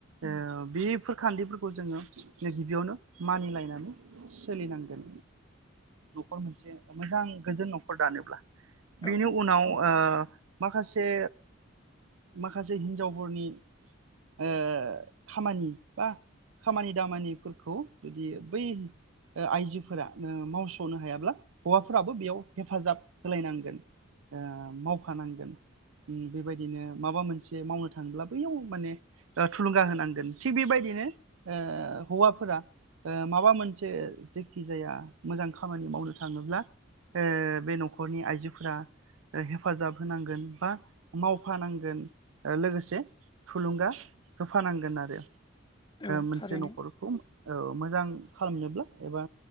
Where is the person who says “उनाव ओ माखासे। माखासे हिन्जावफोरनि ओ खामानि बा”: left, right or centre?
Right